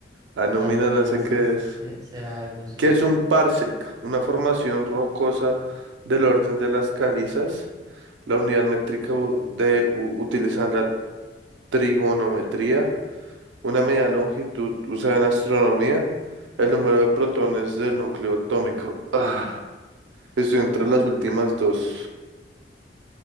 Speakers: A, on the right (about 90°); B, on the right (about 20°).
A: Ah, no,
B: O anonimasas,
A: mina, no sé qué es.
B: se- será algo así.
A: ¿Qué es un parsec? Una formación rocosa del orden de las calizas. La unidad métrica u- de u- utilizan la trigonometría. Una medida de longitud usada en astronomía. El número de protones del núcleo atómico. Ah, estoy entre las últimas dos.